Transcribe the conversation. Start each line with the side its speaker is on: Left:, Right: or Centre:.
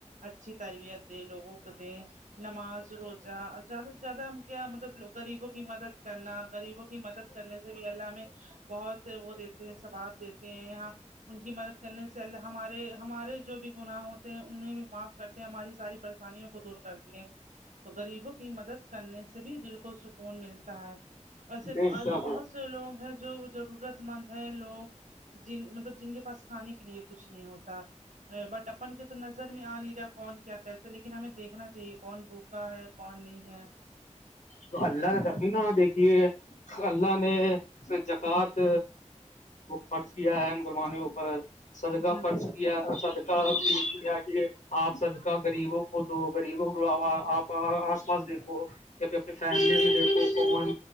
Right: اچھی تربیت دے لوگوں کو دیں نماز روزہ زیادہ سے زیادہ ہم کیا مطلب غریبوں کی مدد کرنا غریبوں کی مدد کرنے سے اللہ میں بہت وہ دیتے ہیں سواب دیتے ہیں یہاں ان کی مدد کرنے سےے ہمارے ہمارے جو بھی گناہ ہوتے ہیں ان میں بھی معاف کرتے ہیں ہماری ساری پریشانیوں کو دور کرتے ہیں تو غریبوں کی مدد کرنے سے بھی دل کو سکون ملتا ہے ایسے
Left: بے
Right: ایسے
Left: شک
Right: بہت لوگ ہیں جو ضرورت مند ہے لوگ جن مطلب جن کے پاس کھانے کے لیے کچھ نہیں ہوتا بٹ اپن کے تو نظر میں آ نہیں رہا کون کیا کیسے لیکن ہمیں دیکھنا چاہیے کون بک ا ہے کون نہیں ہے
Left: تو اللہ نے
Right: مدد
Left: دق
Right: کر
Left: نا دیکھیے اللہ نے اس جکۃ فرض کیا ہے مسلمانوں اوپر صدقہ
Right: جی جی
Left: خرچ
Right: بالکل
Left: کیا صدکہ اپیل کیا کہ آپ صدکہ غریب ہو وہ دو غریبوں آپ آس پاس دیکھو اپنی فیملی
Right: جی
Left: میں دیکھو کون